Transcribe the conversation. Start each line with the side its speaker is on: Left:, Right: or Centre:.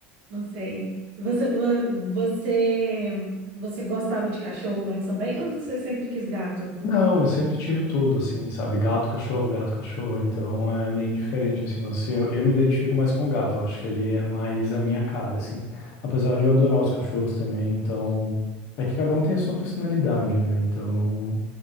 Right: não sei. Você, vo- você, você gostava de cachorro antes também, ou você sempre quis gato?
Left: Não, eu sempre tive tudo, assim, sabe? Gato, cachorro, gato, cachorro. Então é meio diferente, assim. Mas assim, eu, eu me identifico mais com o gato. Eu acho que ele é mais a minha cara, assim. Apesar de eu adorar os cachorros também. Então é que cada um tem a sua personalidade, né? Então